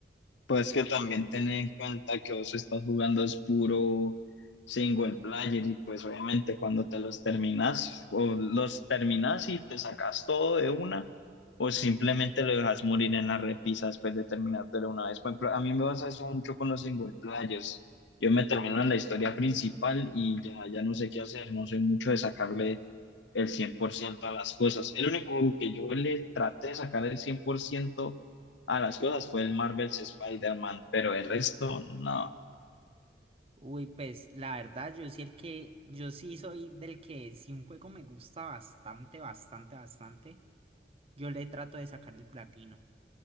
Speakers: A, on the left (about 85°); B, on the right (about 30°).
A: Pues que también ten en cuenta que vos estás jugando es puro single player y pues obviamente cuando te los terminas o los terminas y te sacas todo de una o simplemente lo dejas morir en la repisa después de terminártelo una vez. Por ejemplo, a mí me pasa eso mucho con los single players. Yo me termino en la historia principal y ya, ya no sé qué hacer, no soy mucho de sacarle el 100% a las cosas. El único juego que yo le traté de sacar el 100% a las cosas fue el Marvel's Spider-Man, pero el resto no.
B: Uy, pues la verdad, yo sí el que, yo sí soy del que si un juego me gusta bastante, bastante, bastante, yo le trato de sacar el platino.